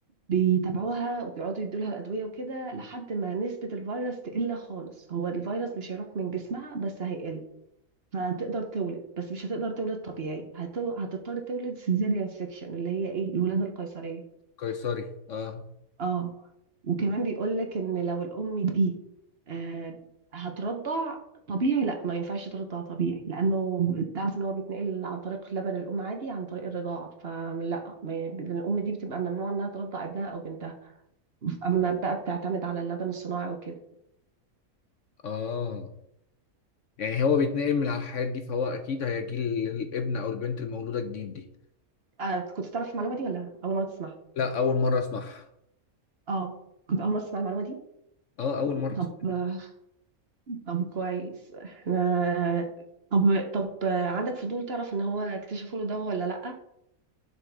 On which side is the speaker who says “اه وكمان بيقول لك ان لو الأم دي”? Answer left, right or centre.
Right